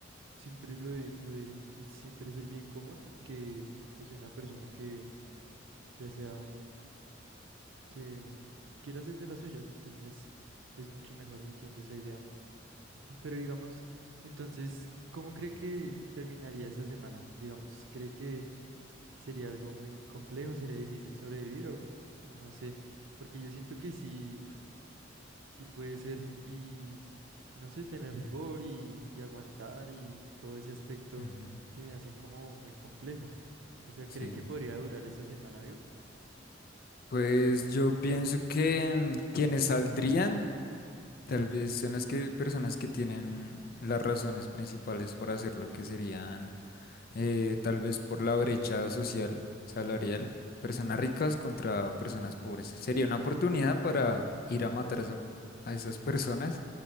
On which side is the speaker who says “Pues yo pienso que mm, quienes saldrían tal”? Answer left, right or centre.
Left